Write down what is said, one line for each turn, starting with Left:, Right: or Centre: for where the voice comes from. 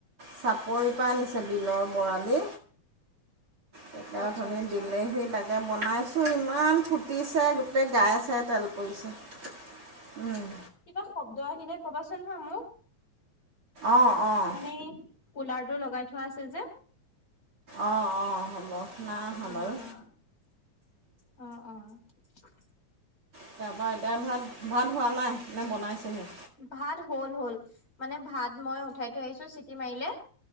Right: চাপৰি পৰাাইনিছে বিলৰ বৰালি পেক
Left: আচ্ছা
Right: ধনিী
Left: আচ্ছা।
Right: দিলেহি তাকে এয়া বনাইছোঁ ইমান ফুটিছে গোটেই গাই চাই তেল পৰিছে উম
Left: কিবা শব্দ আহিলে কবাচোন হা মোক
Right: অ' অ'
Left: মানে কুলাৰটো লগাই থোৱা আছে যে
Right: অ অ হ'ব নাই আহা
Left: উম,
Right: বাৰু
Left: উম, অ', <inaudible>
Right: তাৰ পৰাা এতিয়া ভাত ভাত হোৱা নাই নে বনাইছেোহি
Left: ভাত হল হল মানে ভাত মই উঠাই থৈ আহিছো চিটি মাৰিলে